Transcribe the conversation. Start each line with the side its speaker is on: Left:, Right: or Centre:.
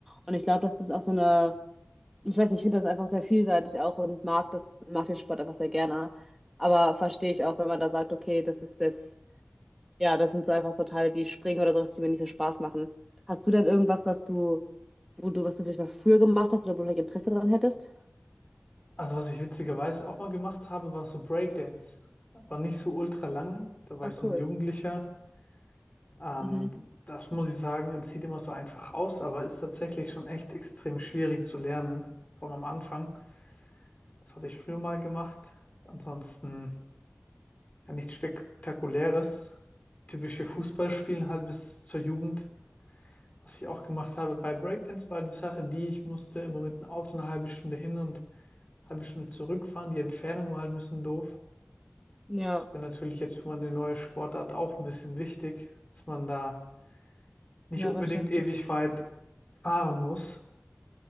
Centre: Und ich glaube, das ist auch so eine ich weiß nicht, ich finde das einfach sehr vielseitig auch und mag das, mag den Sport einfach sehr gerne. Aber verstehe ich auch, wenn man da sagt, okay, das ist jetzt, ja, das sind so einfach so Teile wie Springen oder sowas, die mir nicht so Spaß machen. Hast du denn irgendwas, was du, wo du, was du vielleicht mal früher gemacht hast oder wo du vielleicht Interesse daran hättest?
Left: Also was ich witzigerweise auch mal gemacht habe, war so Breakdance. Aber nicht so ultra lange. Da war
Centre: Ah,
Left: ich so
Centre: cool.
Left: ein Jugendlicher. Ähm,
Centre: Mhm.
Left: das muss ich sagen, das sieht immer so einfach aus, aber ist tatsächlich schon echt extrem schwierig zu lernen. Vor allem am Anfang. Das hatte ich früher mal gemacht. Ansonsten. ja, nichts Spektakuläres. Typische Fußballspielen halt bis zur Jugend. Was ich auch gemacht habe bei Breakdance war die Sache, die ich musste immer mit dem Auto eine halbe Stunde hin und eine halbe Stunde zurückfahren. Die Entfernung war halt ein bisschen doof.
Centre: Ja,
Left: Das wäre natürlich jetzt für meine neue Sportart auch ein bisschen wichtig, dass man da nicht
Centre: ja,
Left: unbedingt
Centre: verständlich.
Left: ewig weit fahren muss.